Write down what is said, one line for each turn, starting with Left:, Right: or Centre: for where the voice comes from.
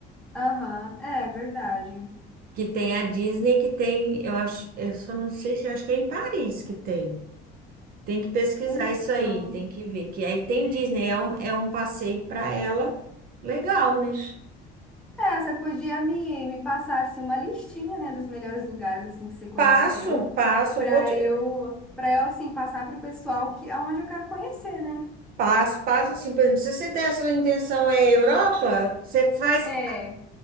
Centre: Aham, é verdade.
Right: que tem a Disney que tem, eu acho, eu só não sei se eu acho que é em Paris que tem. Tem que pesquisar
Centre: Então,
Right: isso aí, tem que ver. Que aí tem Disney, é um, é um passeio para ela legal, né?
Centre: é, você podia me, me passar, assim, uma listinha, né? Dos melhores lugares, assim, que você conheceu,
Right: Passo, passo,
Centre: para
Right: vou. te-
Centre: eu, para eu, assim, passar pro pessoal que, aonde eu quero conhecer, né?
Right: Passo, passo assim, por exemplo, se você der a sua intenção é Europa, você faz
Centre: É,